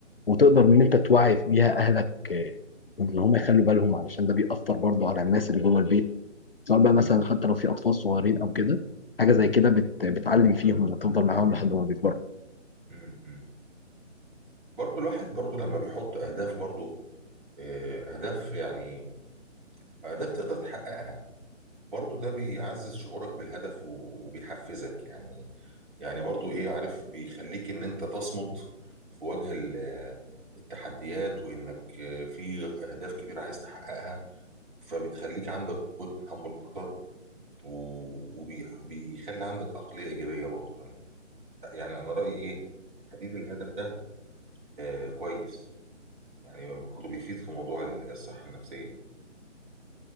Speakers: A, on the left (about 50°); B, on the right (about 40°).
A: وتقدر ان انت توعي بيها اهلك آه، وان هم يخلوا بالهم علشان ده بيأثر برضه على الناس اللي جوه البيت سواء بقى مثلا حتى لو في اطفال صغيرين او كده حاجه زي كده بت... بتعلم فيهم وتفضل معاهم لحد ما بيكبروا
B: م- م. برضو الواحد برضو لما بيحط أهداف برضو آه، أهداف يعني أهداف تقدر تحققها برضو ده بيعزز شعورك بالهدف و- وبيحفزك يعني يعني برضو ايه عارف بيخليك ان انت تصمد في وجه ال- التحديات وانك في اهداف كبيرة عايز تحققها فبتخليك عندك قوة تحمل اكتر وبيخلي عندك عقلية ايجابية برضو يعني يعني انا رأيي ايه تحديد الهدف ده آه كويس يعني برضو بيفيد في موضوع الصحة النفسية